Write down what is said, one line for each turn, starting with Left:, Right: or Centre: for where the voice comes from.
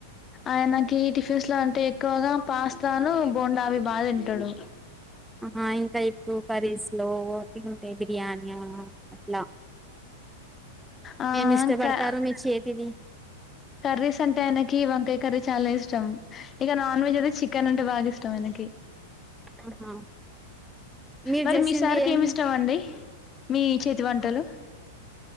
Left: ఆయనకి టిఫిన్స్ లో అంటే ఎక్కువగా పాస్తాను, బోండా అవి బా తింటాడు.
Centre: ఆ ఇంకా ఇప్పుడు కర్రీస్ లో ఓపిక ఉంటే బిర్యాని అట్లా
Left: ఆ
Centre: ఏమిష్టపడ్తారు
Left: క
Centre: మీ చేతిది?
Left: కర్రీస్ అంటే ఆయనకి వంకాయ కర్రీ చాలా ఇష్టం. ఇక నాన్ వెజ్ అయితే చికెన్ అంటే బాగా ఇష్టం ఆయనకి
Centre: ఆహా మీరు
Left: మరి
Centre: చేసింది
Left: మీ సారికి
Centre: ఏం
Left: ఏమి ఇష్టమండి? మీ చేతి వంటలు.